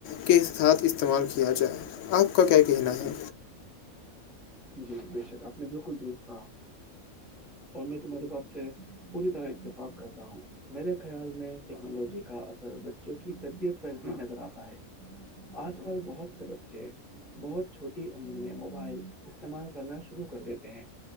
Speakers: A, on the left; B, in the centre.
A: کے ساتھ استعمال کیا جائے آپ کا کیا کہنا ہے
B: جی بے شک آپ نے بالکل درست کہا اور میں تمہاری بات سے پوری طرح اتفاق کرتا ہوں میرے خیال میں ٹیکنالوجی کا اثر بچوں کی تربیت پر بھی نظر آتا ہے آج کل بہت بچے بہت چھوٹی عمر میں موبائل استعمال کرنا شروع کر دیتے ہیں